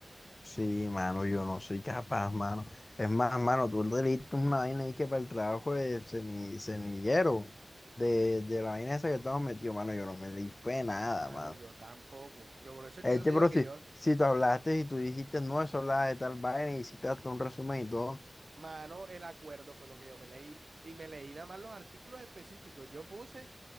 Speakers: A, on the left (about 45°); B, on the right (about 65°).
A: Sí, mano, yo no soy capaz, mano. Es más, mano, tú leíste una vaina ahí que para el trabajo de semi, semillero, de, de la vaina esa que estamos metidos, mano, yo no me leí fue nada,
B: Mano,
A: mano.
B: yo tampoco. Yo por eso es
A: Es
B: que yo
A: que,
B: te digo
A: pero
B: que
A: si,
B: yo,
A: si tú hablaste y tú dijiste, no, eso hablaba de tal vaina y hiciste hasta un resumen y todo,
B: mano, el acuerdo fue lo que yo me leí. Y me leí nada más los artículos específicos. Yo puse,